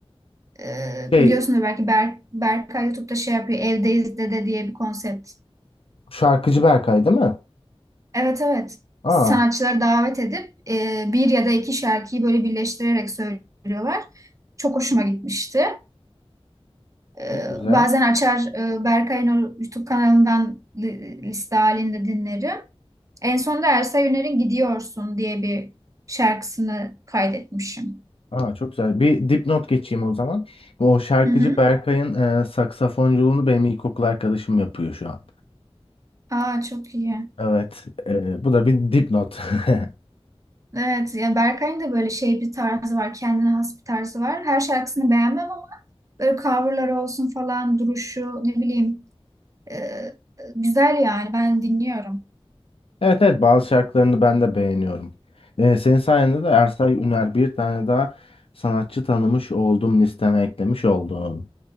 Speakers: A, on the right; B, on the left.
A: Ee,
B: Şey
A: biliyorsunuz belki Ber Berkay YouTube'da şey yapıyor. Evdeyiz Dede diye bir konsept.
B: şarkıcı Berkay değil mi?
A: Evet evet.
B: Aa.
A: Sanatçıları davet edip e, bir ya da iki şarkıyı böyle birleştirerek söylüyorlar. Çok hoşuma gitmişti. Ee,
B: Çok güzel.
A: bazen açar e, Berkay'ın o YouTube kanalından li- liste halinde dinlerim. En son da Ersa Yener'in Gidiyorsun diye bir şarkısını kaydetmişim.
B: Aa, çok güzel. Bir dipnot geçeyim o zaman. O şarkıcı
A: Hı hı.
B: Berkay'ın e, saksafonculuğunu benim ilkokul arkadaşım yapıyor şu an.
A: Aa çok iyi.
B: Evet, e, bu da bir dipnot. <laughs>
A: Evet ya Berkay'ın da böyle şey bir tarzı var. Kendine has bir tarzı var. Her şarkısını beğenmem ama böyle coverları olsun falan duruşu ne bileyim e, güzel yani ben dinliyorum.
B: Evet evet bazı şarkılarını ben de beğeniyorum. E, senin sayende de Ersay Üner bir tane daha sanatçı tanımış oldum listeme eklemiş oldum.